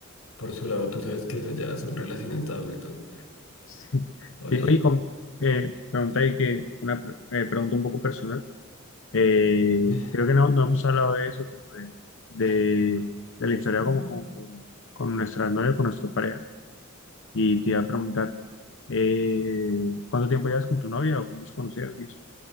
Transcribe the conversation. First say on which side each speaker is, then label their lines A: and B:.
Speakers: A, on the left; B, on the left.
A: por su lado. Tú sabes que esas ya son relaciones de adulto.
B: sí.
A: Oye,
B: Sí, Oye, con, eh, pregunta ahí que una pre- eh, pregunta un poco personal. Eh,
A: <sniffs>
B: creo que no, no hemos hablado de eso, como de, de, de la historia
A: Mm.
B: como con, con, con nuestra novia, con nuestra pareja. Y te iba a preguntar, eh, ¿cuánto tiempo llevas con tu novia o cómo se conocieron y eso?